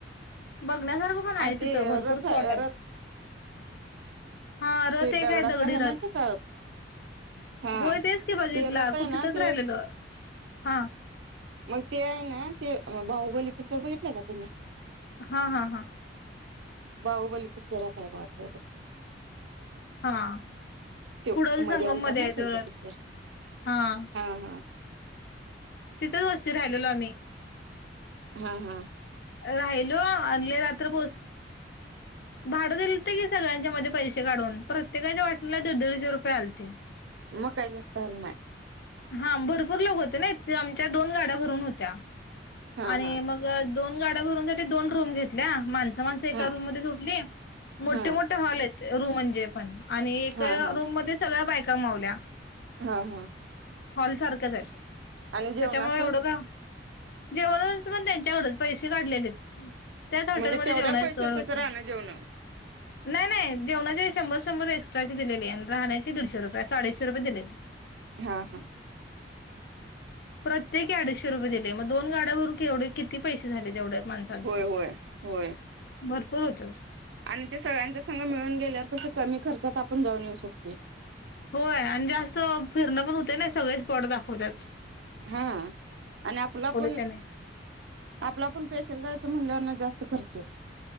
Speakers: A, on the left; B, on the right.
A: बघण्यासारखं पण हाय
B: आणि
A: तिथं
B: ते
A: भरपूर
B: रथ
A: स्पॉटायत.
B: रथ
A: हां रथ
B: ते
A: एक
B: दगडाच
A: हाय दगडी
B: आहे
A: रथ.
B: माहिती का हा
A: होय तेच की बघितला
B: ते रथ आहे
A: कुट्तीतच
B: ना ते
A: राहिलेल हां.
B: मग ते हायना ते अ भाहुबली पिक्चर बगिटलायका तुम्ही?
A: हां हां हां.
B: बाहुबली पिक्चरात हाय बघा तो रथ.
A: हां
B: त्यो
A: कुडल
B: मध्ये
A: संगम
B: आलता
A: मद्येय
B: माहितीय
A: त्यो
B: का
A: रथ
B: पिक्चर
A: हां.
B: हा हा
A: तितच वस्ती राहिलेलो आम्ही.
B: हां हां.
A: राहिलो आदले रात्र पोच भाडं दिल्त की सगळ्यांच्या मध्ये पैशे काढून प्रत्येकाच्या वाटणीला दीडदीडशे रुपये आल्ते.
B: मग काय जास्त झालनाय.
A: हां भरपूर लोकं होते नइ ते आमच्या दोन गाड्या भरून होत्या
B: हा
A: आणि
B: हा
A: मग दोन गाड्या भरूनसाठी दोन रूम घेतल्या. माणसं माणसं एका
B: हा
A: रूम मध्ये झोपली. मोठे
B: हा
A: मोठे हॉलहेत रूम म्हणजे पण, आणि एक
B: हा हा
A: रूम मध्ये सगळ्या बायका मावल्या.
B: हा हा.
A: हॉल सारख्याचहेत.
B: आणि जेवणाचं
A: त्याच्यामुळं एवढं का जेवण पण त्यांच्याकडचं पैसे काढलेले त्याच हॉटेलमध्ये
B: म्हणजे तेवढ्या
A: जेवणाची
B: पैशातच
A: सोय होती.
B: राहणं जेवणं
A: नाय नाय. जेवणाचे शंभर शंभर एक्स्ट्राचे दिलेले अन राहण्याचे दीडशे रुपये असे अडीचशे रुपये दिले.
B: हा हा.
A: प्रत्येकी अडीचशे रुपये दिले मग दोन गाड्या भरून केवढे किती पैसे झाले तेवढ्या माणसांचं
B: होय होय होय
A: भरपूर होतं
B: आणि ते सगळ्यांच्या संगं मिळून गेल्यावर कसं कमी खर्चात आपण जाऊन येऊ शकते.
A: होय आणि जास्त फिरणं पण होते ना सगळे स्पॉट दाखवत्यात.
B: हा आणि आपला पण
A: त्याने
B: आपला पण पेशल म्हणल्यावनं जास्त खर्चए.